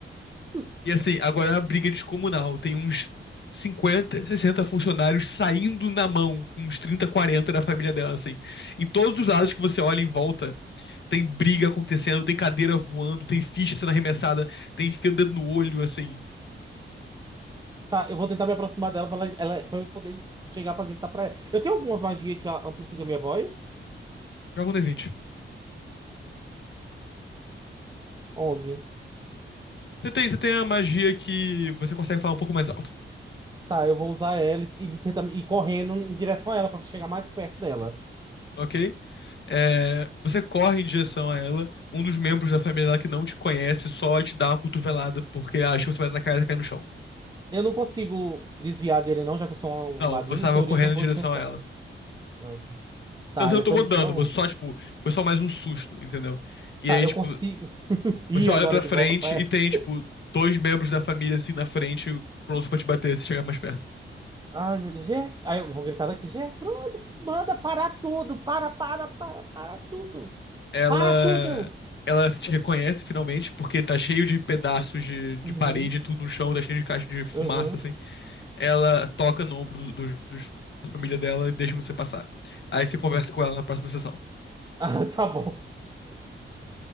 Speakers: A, on the right (about 20°); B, on the left (about 60°).
A: Deus.
B: E assim, agora é uma briga descomunal. Tem uns 50, 60 funcionários saindo na mão, com uns 30, 40 da família dela, assim. Em todos os lados que você olha em volta, tem briga acontecendo, tem cadeira voando, tem ficha sendo arremessada, tem fio o dedo no olho, assim.
A: Tá, eu vou tentar me aproximar dela pra, ela, ela- pra eu poder chegar pra gritar pra ela. Eu tenho alguma magia que a- amplifica a minha voz?
B: Joga um D20.
A: Onze.
B: Você tem, você tem a magia que você consegue falar um pouco mais alto,
A: Tá, eu vou usar ela e, e tentar ir correndo em direção a ela pra chegar mais perto dela.
B: ok? É, você corre em direção a ela, um dos membros da família dela que não te conhece só te dá uma cotovelada porque acha que você vai atacar e ela cai no chão.
A: Eu não consigo desviar dele, não, já que eu sou um
B: Não,
A: ladino.
B: você estava
A: Em teoria,
B: correndo
A: eu tenho bons
B: em direção
A: reflexos.
B: a ela.
A: Noite. Tá,
B: você não
A: eu
B: tomou
A: tô no
B: dano,
A: chão.
B: você só, tipo, foi só mais um susto, entendeu? E
A: Tá,
B: aí,
A: eu
B: tipo,
A: consigo <laughs> ir
B: você olha
A: agora
B: pra
A: de
B: frente
A: volta pra ela.
B: e tem, tipo, dois membros da família, assim, na frente, prontos pra te bater se chegar mais perto.
A: Ai, meu Deus. Ger... Aí eu vou gritar daqui. Gertrudes, manda parar tudo. Para, para, para, para tudo.
B: Ela.
A: Para tudo.
B: Ela te reconhece finalmente, porque tá cheio de pedaços de,
A: Uhum,
B: de parede, tudo no chão, tá cheio de caixa de fumaça,
A: uhum.
B: assim. Ela toca no ombro do- dos- dos- da família dela e deixa você passar. Aí você conversa com ela na próxima sessão.
A: <laughs> Ah, tá bom.